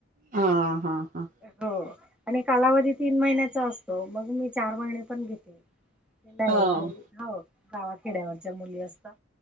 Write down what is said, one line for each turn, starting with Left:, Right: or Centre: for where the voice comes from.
Right: हा हा हा.
Centre: हो आणि कालावधी तीन महिन्याचा असतो मग मी चार महिने पण घेते. नाही.
Right: हो
Centre: घरी हो गावाखेड्यावरच्या मुली असतात.